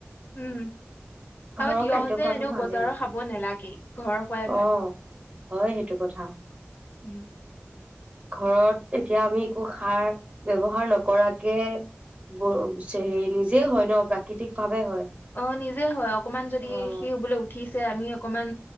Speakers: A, on the left; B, on the right.
A: উম,
B: ঘৰৰ
A: আৰু তিয়হ
B: খাদ্য
A: যে
B: খোৱাটো
A: এনেও
B: ভালেই।
A: বজাৰৰ খাব নালাগেই ঘৰ খোৱাই
B: অ',
A: ভাল।
B: হয়, সেইটো কথা।
A: উম,
B: ঘৰত এতিয়া আমি একো সাৰ ব্যৱহাৰ নকৰাকে হে, নিজে হয় ন প্ৰাকৃতিক ভাৱে হয়।
A: অঁ নিজে নিজে হয়, অকণমান যদি,
B: অ',
A: সি বোলে উঠিছে আমি অকমান